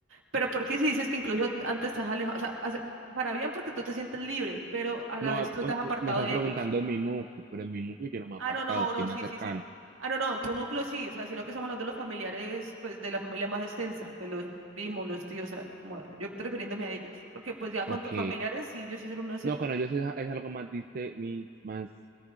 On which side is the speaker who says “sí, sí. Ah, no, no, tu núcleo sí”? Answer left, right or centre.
Right